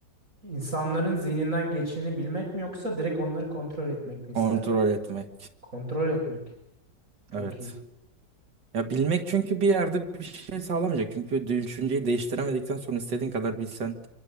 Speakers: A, on the right; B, on the right.
A: İnsanların zihninden geçeni bilmek mi yoksa direkt onları kontrol etmek mi isterdin?
B: Kontrol etmek.
A: Kontrol etmek. Çok
B: Evet.
A: iyi.
B: Ya bilmek çünkü bir yerde bir şey sağlamayacak. Çünkü düşünceyi değiştiremedikten sonra istediğin kadar bilsen